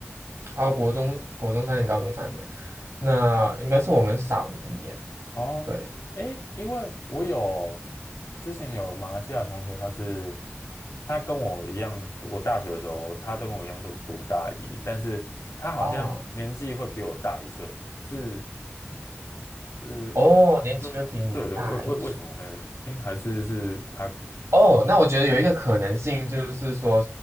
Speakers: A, on the right; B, on the left.
A: 哦，国中国中三年，高中三年，那应该是我们少你一年。
B: 哦，
A: 对，
B: 诶，因为我有之前有马来西亚同学，他是他跟我一样，我大学的时候，他都跟我一样都读大一，但是他好像年纪会比我大一岁，
A: 哦
B: 是是为对对对，
A: 哦，年纪会比你大一岁。
B: 为为为什么会诶，还是是他
A: 哦，那我觉得有一个可能性就是说